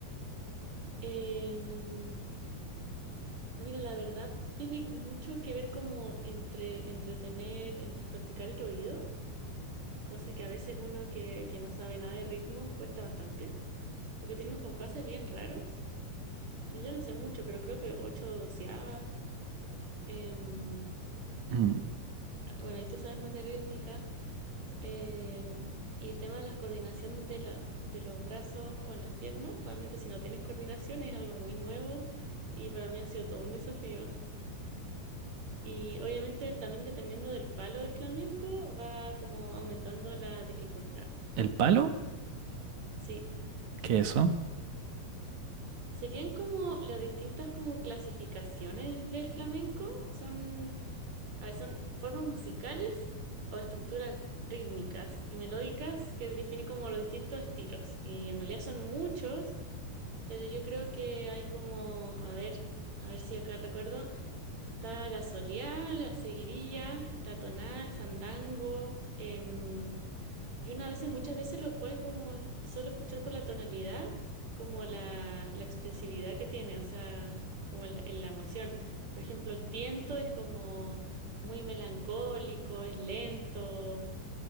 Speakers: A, on the right; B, on the right.
A: Em, mira, la verdad tiene mucho que ver como entre entretener, entre practicar el oído, cosa que a veces uno que, que no sabe nada de ritmo cuesta bastante, porque tiene unos compases bien raros. Y yo no sé mucho, pero creo que ocho doceavas. em,
B: Mm,
A: bueno, y tú sabes más de rítmica. Em, y el tema de la coordinación de, la- de los brazos con las piernas, realmente si no tienes coordinación es algo muy nuevo y para mí ha sido todo un desafío. Y obviamente también dependiendo del palo del flamenco va como aumentando la dificultad.
B: ¿el palo?
A: Sí.
B: ¿Qué es eso?
A: Serían como las distintas como clasificaciones del flamenco. Son, a ver, son formas musicales o estructuras rítmicas y melódicas que definen como los distintos estilos. Y en realidad son muchos. Pero yo creo que hay como, a ver, a ver si acá recuerdo, está la Soleá, la Seguirilla, la Tonal, Fandango, em, y una veces, muchas veces lo puede como solo escuchar por la tonalidad, como la, la expresividad que tiene, o sea, como el- en la emoción. Por ejemplo, el tiento es como muy melancólico, es lento,